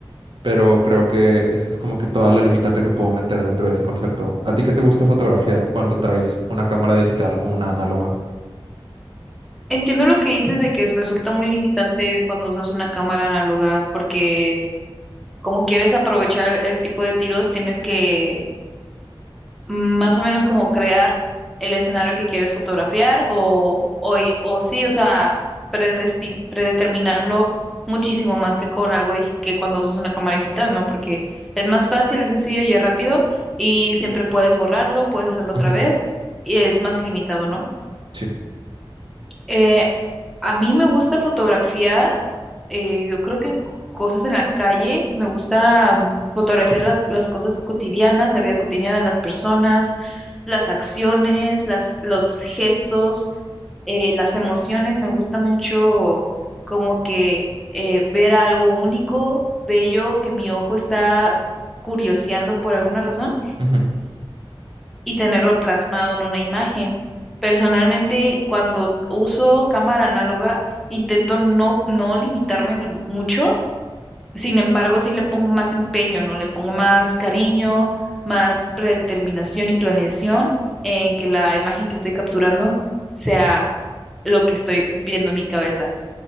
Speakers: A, on the right; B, in the centre.
A: pero creo que esa es como que toda la limitante que puedo meter dentro de ese concepto. ¿A ti qué te gusta fotografiar cuando traes una cámara digital o una análoga?
B: Entiendo lo que dices de que resulta muy limitante cuando usas una cámara análoga, porque como quieres aprovechar el tipo de tiros, tienes que más o menos como crear el escenario que quieres fotografiar o, o, y- o sí, o sea, predesti- predeterminarlo muchísimo más que con algo dig- que cuando usas una cámara digital, ¿no? Porque es más fácil, es sencillo y es rápido y siempre puedes borrarlo, puedes hacerlo otra
A: Ujú,
B: vez y es más ilimitado, ¿no?
A: Sí.
B: Eh, a mí me gusta fotografiar, eh, yo creo que c- cosas en la calle, me gusta mm, fotografiar la- las cosas cotidianas, la vida cotidiana de las personas, las acciones, las, los gestos, eh, las emociones, me gusta mucho como que eh, ver algo único, bello, que mi ojo está curioseando por alguna razón
A: ujú,
B: y tenerlo plasmado en una imagen. Personalmente, cuando uso cámara análoga, intento no, no limitarme lo- mucho, sin embargo, sí le pongo más empeño, ¿no? Le pongo más cariño, más predeterminación y planeación en que la imagen que estoy capturando sea lo que estoy viendo en mi cabeza.